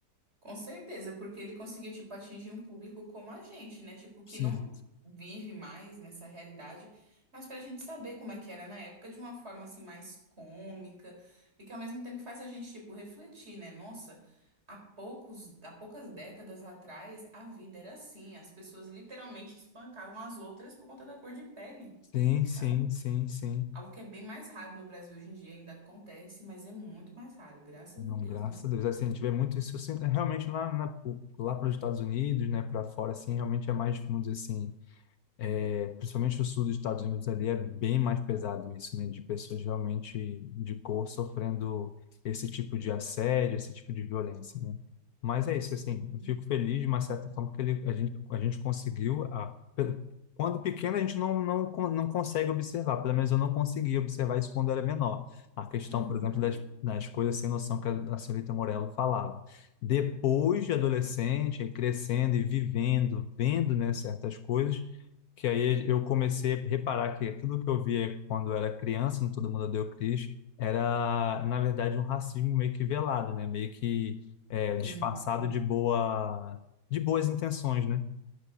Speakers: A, on the right (about 40°); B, on the left (about 70°).
A: Com certeza, porque ele conseguiu, tipo, atingir um público como a gente, né? Tipo, que
B: Sim.
A: não vive mais nessa realidade, mas pra gente saber como é que era na época de uma forma, assim, mais cômica e que ao mesmo tempo faz a gente, tipo, refletir, né? Nossa, há poucos, há poucas décadas atrás a vida era assim, as pessoas literalmente espancavam as outras por conta da cor de pele,
B: Sim, sim,
A: sabe?
B: sim, sim.
A: Algo que é bem mais raro no Brasil hoje em dia, ainda acontece, mas é muito mais raro, graças
B: Não,
A: a Deus,
B: graças
A: né?
B: a Deus. Assim, a gente vê muito isso assim, realmente lá, na, lá para os Estados Unidos, né, para fora, assim, realmente é mais, vamos dizer assim. É, principalmente o sul dos Estados Unidos ali é bem mais pesado isso, né? De pessoas realmente de cor sofrendo esse tipo de assédio, esse tipo de violência, né? Mas é isso,
A: Sim.
B: assim, eu fico feliz de uma certa forma que ele, a gente, a gente conseguiu, a, pelo- quando pequeno a gente não, não, con- não consegue observar, pelo menos eu não conseguia observar isso quando era menor. A questão,
A: Uhum.
B: por exemplo, das, das coisas sem noção que a, a senhorita Morello falava. Depois de adolescente, aí crescendo e vivendo, vendo, né, certas coisas, que aí eu comecei a reparar que aquilo que eu via quando eu era criança, no Todo Mundo Odeia o Chris, era, na verdade, um racismo meio que velado, né? Meio que é,
A: Sim,
B: disfarçado de boa, de boas intenções, né?